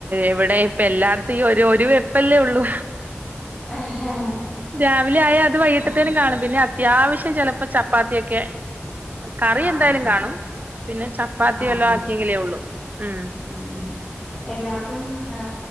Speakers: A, on the right; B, on the left.
A: ഇവിടെ ഇപ്പ എല്ലാർത്ത ഒരു ഒരു വെപ്പല്ലേ ഉള്ളൂ
B: ആഹ്
A: രാവിലെ ആയ അത് വൈകിട്ടത്തേനും
B: ആഹ്
A: കാണും പിന്നെ അത്യാവശ്യം ചിലപ്പോ ചപ്പാത്തിയൊക്കെ കറി
B: ആഹ്
A: എന്തായാലും കാണും
B: ആഹ്
A: പിന്നെ ചപ്പാത്തി
B: ആഹ്
A: വല്ലോം ആക്കിയെങ്കിലേ ഉള്ളൂ ഉം
B: ഉം എല്ലാർക്കും ഏ